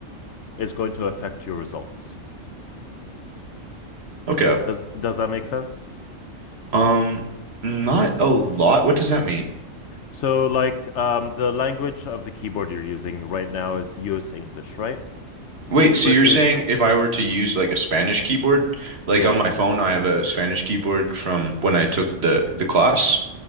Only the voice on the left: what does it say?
is going to affect your results.
Does does that make sense?
So like um, the language of the keyboard you're using right now is US English, right?
Versus
yes.